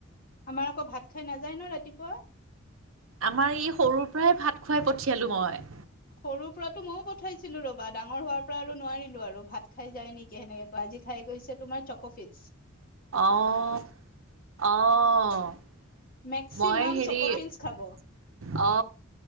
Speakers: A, on the left; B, on the right.
A: আমাৰ আকৌ ভাত খাই নাযায় <unintelligible>
B: আমাৰ ই সৰুৰ পৰাই ভাত খুৱাই পঠিয়ালো মই।
A: সৰুৰ পৰাতো মইও পঠাইছিলো ৰবা ডাঙৰ হোৱাৰ পৰা আৰু নোৱাৰিলো আৰু ভাত খাই যাই নেকি সেনেকে কোৱাটো আজি খাই গৈছে তোমাৰ চকফিকচ।
B: অহ।
A: মেক্সিমাম
B: মই হেৰি
A: চকফিল্চ
B: অ
A: খাব